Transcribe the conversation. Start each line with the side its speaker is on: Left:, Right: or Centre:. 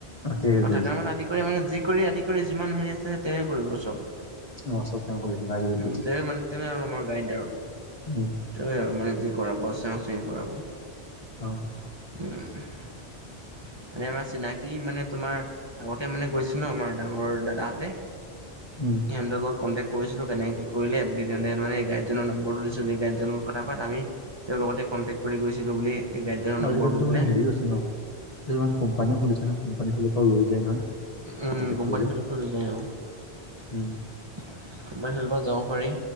Left: সিয়ে হেৰি
Right: অ
Left: কৰিছে
Right: থকাৰ
Left: নেকি
Right: মানে আদি কৰি মানে যি কৰি আদি কৰি যিমান হেৰি আছে সেই তেৱে কৰিব চব
Left: অ চব তেওঁ কৰিছে লাগিলে দি
Right: উ তেৱে মানে তেৱে আৰু আমাৰ গাইড আৰু
Left: উ
Right: তেৱেই আৰু মানে যি কৰাব আছে সেই কৰাব
Left: অ
Right: উম মানে আমাৰ চিনাকি মানে তোমাৰ আগতে মানে গৈছিলো আমাৰ ডাঙৰ দাদাহঁতে
Left: উম
Right: সিহঁতৰ লগত কন্টেক্ট কৰিছিলো কেনে কি কৰিলে সেই তেহেঁতে মানে এই গাইডজনৰ নম্বৰটো দিছিল সেই গাইডজনৰ লগত কথা পাত আমি তেওঁৰ লগতে কণ্টেক্ট কৰি গৈছিলো বুলি এই গাইডজনৰ নম্বৰটো
Left: আজি কালিতো
Right: দিলে
Left: মানে হেৰিও আছে ন কিছুমান কোম্পানীও খুলিছে নহয় কোম্পানী খুলাৰ পৰাও লৈ যায় নহয়
Right: উম
Left: কণ্টেক্ট
Right: কোম্পানী
Left: কৰিলে
Right: ফালৰ পৰা লৈ যায় অ কোম্পানী
Left: উম
Right: ফালৰ পৰা যাব পাৰি